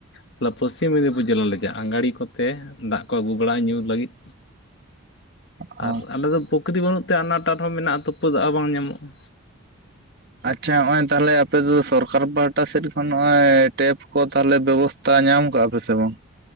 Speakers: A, on the left; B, on the right.
A: ᱛᱟᱦᱚᱞᱮ ᱯᱚᱥᱪᱤᱢ ᱢᱮᱫᱽᱱᱤᱯᱩᱨ ᱡᱮᱞᱟ ᱞᱟᱹᱜᱤᱫ ᱡᱮ ᱟᱸᱜᱟᱲᱤ ᱠᱚᱛᱮ ᱫᱟᱜ ᱠᱚ ᱟᱹᱜᱩ ᱵᱟᱲ ᱧᱩ ᱞᱟᱹᱜᱤᱫ᱾
B: ᱦᱚᱸ
A: ᱟᱨ ᱟᱞᱮ ᱫᱚ ᱯᱚᱠᱨᱤ ᱵᱟᱹᱱᱩᱜ ᱛᱮ ᱟᱱᱟᱴ ᱟᱨ ᱦᱚᱸ ᱢᱮᱱᱟᱜᱼᱟ ᱛᱩᱯᱩᱫᱟᱜᱼᱟ ᱵᱟᱝ ᱧᱟᱢᱚᱜᱼᱟ
B: ᱟᱪᱪᱷᱟ ᱱᱚᱜᱼᱚᱭ ᱛᱟᱦᱚᱞᱮ ᱟᱯᱮ ᱫᱚ ᱥᱚᱨᱠᱟᱨ ᱯᱟᱦᱴᱟ ᱥᱮᱫ ᱠᱷᱚᱱ ᱱᱚᱜᱼᱚᱭ ᱴᱮᱯ ᱠᱚ ᱛᱟᱦᱚᱞᱮ ᱵᱮᱵᱚᱥᱛᱟᱼᱼ ᱛᱟ ᱧᱟᱢ ᱠᱟᱜᱼᱟ ᱯᱮ ᱥᱮ ᱵᱟᱝ?